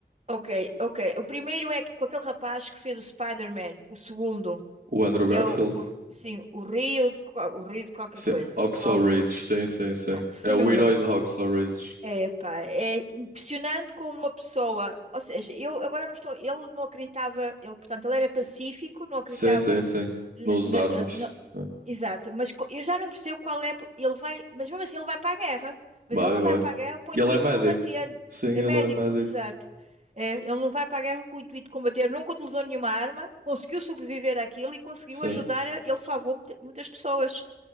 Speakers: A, on the right (about 40°); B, on the right (about 60°).
A: Ok, ok. O primeiro é com aquele rapaz que fez o Spider-Man, o segundo.
B: O Andrew
A: que
B: Garfield?
A: é o, o- sim, o Rio, de, co- o Rio de qualquer
B: Sim.
A: coisa,
B: Hacksaw
A: som
B: Ridge,
A: de,
B: sim, sim, sim.
A: tá, fenomenal.
B: É o herói de Hacksaw Ridge.
A: É, pá, é impressionante como uma pessoa, ou seja, eu agora não estou, ele não acreditava, ele, portanto, ele era pacífico, não acreditava,
B: Sim, sim,
A: no-
B: sim.
A: na-
B: No uso
A: na-
B: de armas.
A: na-
B: Sim.
A: exato, mas co- eu já não percebo qual é, ele vai, mas mesmo assim ele vai para a guerra, mas
B: Vai,
A: ele não
B: vai.
A: vai para a guerra com o
B: Ele
A: intuito
B: é médico.
A: de combater,
B: Sim,
A: é
B: ele
A: médico,
B: é médico.
A: exato, É, ele não vai para a guerra com o intuito de combater, nunca utilizou nenhuma arma, conseguiu sobreviver àquilo e conseguiu
B: Sim.
A: ajudar, a- ele salvou muita- muitas pessoas,